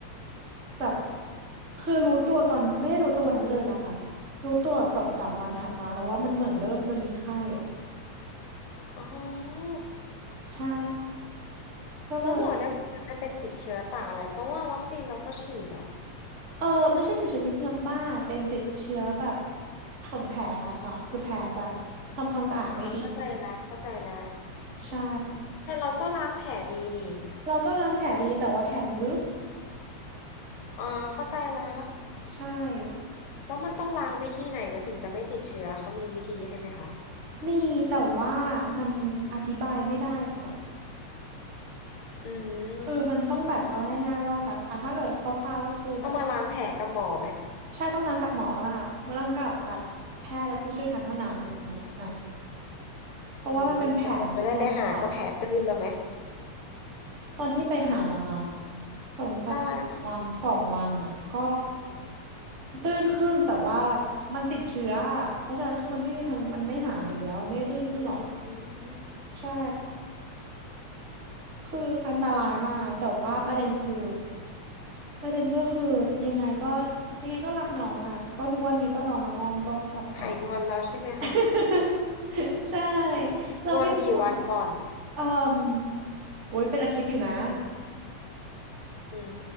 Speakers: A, on the right; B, on the left.
A: แบบคือรู้ตัวตอนไม่ได้รู้ตัววันนั้นเลยนะคะรู้ตัวแบบสองสามวันถัดมาเพราะว่ามันเหมือนเริ่มจะมีไข้อะ
B: อ๋อ
A: ใช่ ก็เลย
B: แล้วหมอเนี่ยมันเป็นติดเชื้อจากอะไรเพราะว่าวัคซีนเราก็ฉีดอ่ะ
A: เออไม่ใช่ติดเชื้อพิษสุนัขบ้าเป็นติดเชื้อแบบของแผลอะค่ะคือแผลแบบทำความสะอาดไม่ดีอะ
B: อ่ะเข้าใจแล้วเข้าใจแล้ว
A: ใช่
B: แต่เราก็ล้างแผลดีนี่
A: เราก็ล้างแผลดีแต่ว่าแผลมันลึก
B: อ่าเข้าใจละ
A: ใช่
B: แล้วมันต้องล้างวิธีไหนมันถึงจะไม่ติดเชื้อเขามีวิธีให้ไหมคะ
A: มีแต่ว่ามันอธิบายไม่ได้ดีกว่า
B: อื
A: คือมันต้องแบบเอาง่ายๆว่าแบบอ่ะถ้าเกิดคร่าวๆก็คือแบบ
B: มต้องมาล้างแผลกับหมอไหม
A: ใช่ต้องล้างกับหมอล้างกับล้างกับแบบแพทย์และผู้เชี่ยวชาญเท่านั้นอย่างเงี้ยอ่ะเพราะว่ามันเป็นแผลโดนกัด
B: อืมแต่กว่าจะได้ไปหาก็แผลตื้นแล้วไหม
A: ตอนที่ไปหาเหรอคะสองสามวันสองวันอ่ะก็
B: ใช่ค่ะ
A: ตื้นขึ้นแต่ว่ามันติดเชื้อเพราะฉะนั้นคือมันไม่มีทางมันไม่หายอยู่แล้วมันไม่ได้ตื้นขึ้นหรอก
B: อืม
A: ใช่คืออันตรายมากแต่ว่าประเด็นคือประเด็นก็คือยังไงก็ยังไงก็รักน้องอ่ะก็ทุกวันนี้ก็น้องมาอ้อนก็กลับไป
B: หายงอนแล้วใช่ไหมคะ
A: <laughs> ใช่เราพี่เบียร์
B: งอนกี่วันก่อน
A: เอ่มโอ้ยเป็นอาทิตย์อยู่นะ
B: อื